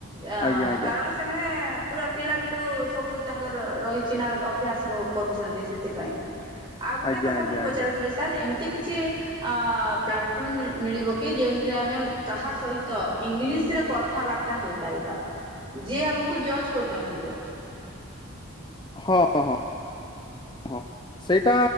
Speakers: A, on the right (about 25°); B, on the left (about 20°).
A: ଅ
B: ଆଜ୍ଞା ଆଜ୍ଞା
A: କାରଣ ସେମାନେ ପୁରା ପିଲା ବେଳୁ ସବୁ ତାଙ୍କର ରହିଛି ନା ଅଭ୍ୟାସ କରୁଛନ୍ତି ସେଥିପାଇଁ ଆଉ ଗୋଟେ
B: ଆଜ୍ଞା
A: କଥା
B: ଆଜ୍ଞା
A: ମୁଁ ପଚାରୁଥିଲେ
B: ଆଜ୍ଞା
A: ସାର୍ ଏମତି ଏ କିଛି ଅ ପ୍ଲାଟଫର୍ମ ମିଳିବ କି ଯେଉଥିରେ ଆମେ କାହା ସହିତ ଇଂଲିଶ ରେ କଥାବାର୍ତ୍ତା ହେଇପାରିବା ଯିଏ ଆମକୁ ଜଜ କରୁନଥିବ।
B: ହଁ ହଁ ହଁ ହଁ ସେଇଟା